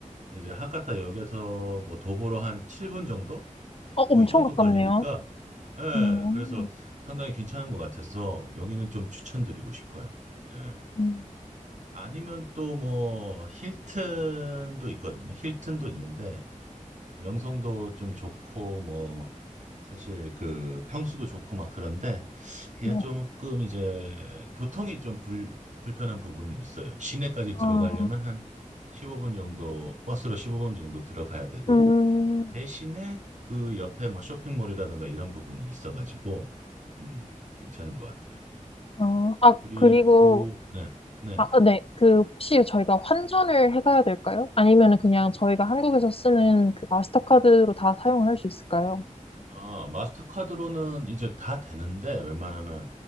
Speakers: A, on the right; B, on the left.
A: 이제 하카타 역에서 뭐 도보로 한 7분 정도?
B: 어, 엄청
A: 뭐 이 정도
B: 가깝네요.
A: 걸리니까 예,
B: 음,
A: 그래서 상당히 괜찮은 것 같아서 여기는 좀 추천드리고 싶어요. 예.
B: 음,
A: 아니면 또 뭐 힐튼도 있거든요. 힐튼도 있는데 명성도 좀 좋고 뭐 사실 그 평수도 좋고 막 그런데 그게
B: 네.
A: 조금 이제 교통이 좀 불, 불편한 부분은 있어요. 시내까지
B: 아,
A: 들어가려면 한 15분 정도 버스로 15분 정도 들어가야 되고
B: 음,
A: 대신에 그 옆에 뭐 쇼핑몰이라든가 이런 부분은 있어가지고 음, 괜찮은 것 같아요.
B: 아, 아,
A: 그리고
B: 그리고,
A: 네, 네.
B: 아, 아, 네. 그, 혹시 저희가 환전을 해가야 될까요? 아니면 은 그냥 저희가 한국에서 쓰는
A: 음.
B: 그 마스터카드로 다 사용을 할 수 있을까요?
A: 아, 마스터카드로는 이제 다 되는데 웬만하면